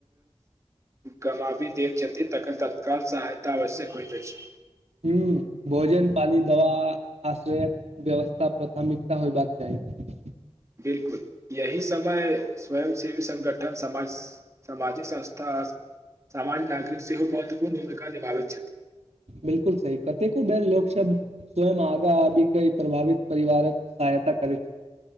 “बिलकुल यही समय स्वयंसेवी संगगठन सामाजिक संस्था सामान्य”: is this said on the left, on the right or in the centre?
Right